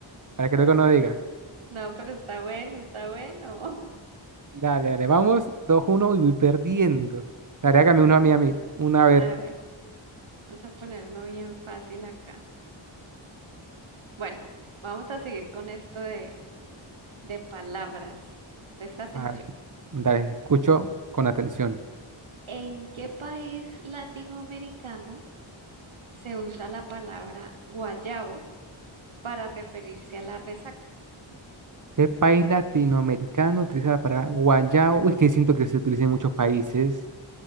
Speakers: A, on the right; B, on the right.
A: para que luego no diga.
B: No, pero está bueno, está bueno.
A: Dale, dale, vamos dos uno y voy perdiendo. Dale,
B: Ujú.
A: hágame uno a mí, a mí, una a ver.
B: A ver, vamos a poner uno bien fácil acá. Bueno, vamos a seguir con esto de, de palabras. Presta atención.
A: A ver, dale, escucho con atención.
B: ¿En qué país latinoamericano se usa la palabra guayabo para referirse a la resaca?
A: ¿Qué país latinoamericano utiliza la palabra guayabo? Uy, que siento que se utiliza en muchos países.